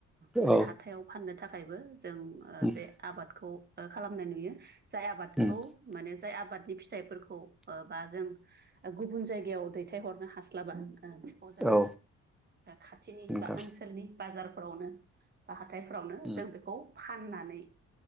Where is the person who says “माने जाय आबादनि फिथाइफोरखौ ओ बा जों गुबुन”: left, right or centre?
Right